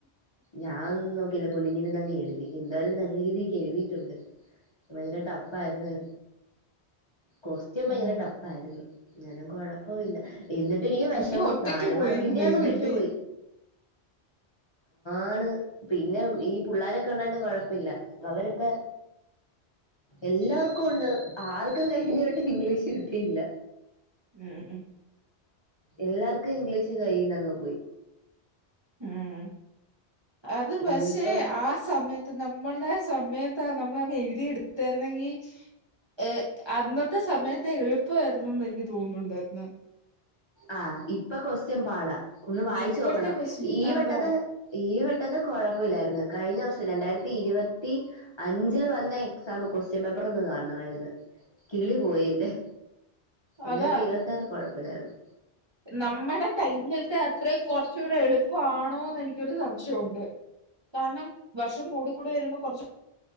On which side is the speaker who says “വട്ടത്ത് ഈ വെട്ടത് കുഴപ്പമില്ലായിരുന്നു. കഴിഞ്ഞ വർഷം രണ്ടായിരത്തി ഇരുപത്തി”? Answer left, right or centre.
Left